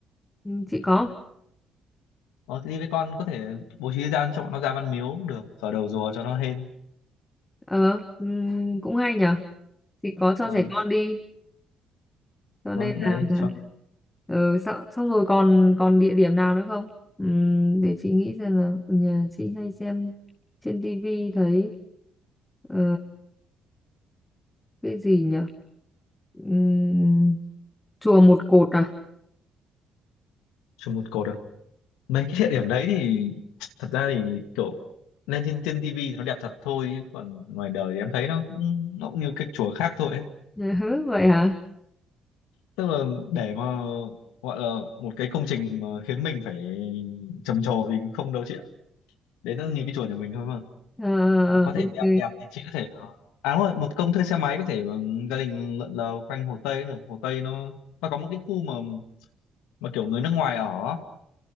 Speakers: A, on the left; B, on the left.
A: Ừ, chị có.
B: Ờ, chị đi với con có thể bố trí thời gian cho bọn nó ra Văn Miếu cũng được vào đầu rùa cho nó hên
A: Ờ, ừ, cũng hay nhở Chị có cho
B: vâng
A: trẻ con đi cho nên
B: vâng đấy
A: là là-
B: cho
A: ừ, xong, xong rồi còn còn địa điểm nào nữa không Ừm, để chị nghĩ xem là nhà chị hay xem trên tivi thấy ờ, cái gì nhỉ Ừm, chùa một cột à
B: cho một cột à mấy cái địa điểm đấy thì thật ra thì kiểu lên trên trên tivi thì nó đẹp thật thôi chứ còn ngoài đời thì em thấy nó cũng nó cũng như cái chùa khác thôi ấy.
A: <laughs> Ừ, vậy hả
B: tức là để mà gọi là một cái công trình mà khiến mình phải trầm trồ thì không đâu chị ạ đấy nó như cái chùa nhà mình thôi mà
A: Ờ, ờ,
B: à, có thể
A: ok
B: đẹp đẹp thì chị có thể ờ, à đúng rồi một công thuê xe máy có thể ờ, gia đình lượn lờ quanh Hồ Tây được Hồ Tây nó nó có một cái khu mà mà kiểu người nước ngoài ở